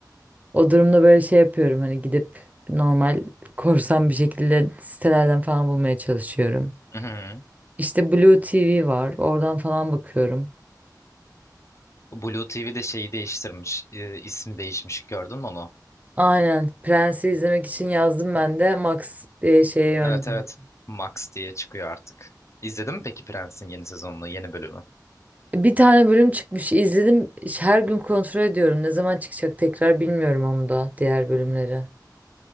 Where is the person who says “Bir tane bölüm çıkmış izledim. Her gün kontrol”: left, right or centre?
Right